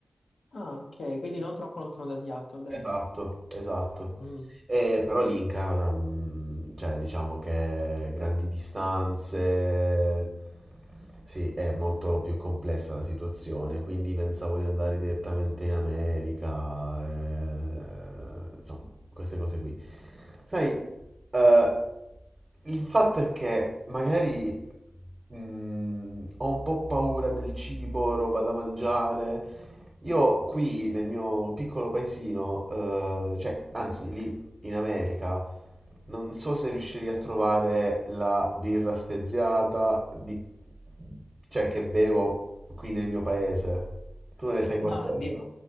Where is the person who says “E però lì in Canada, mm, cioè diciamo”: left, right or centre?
Right